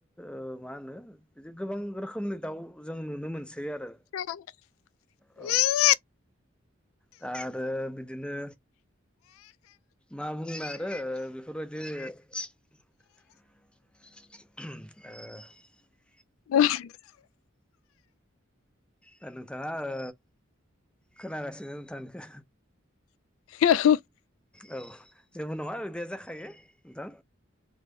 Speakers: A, in the centre; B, on the left.
A: ओ मा होनो बिदि गोबां रोखोमनि दाउ जों नुनो मोनसै
B: <unintelligible>
A: आरो औ दा आरो बिदिनो मा बुंनो आरो ओ <unintelligible> <unintelligible>
B: <unintelligible>
A: हो नोंथाङा ओ खोनागासिनो नोंथांनिखो
B: <unintelligible>
A: औ जेबो नङा बिदिया जाखायो नोंथां।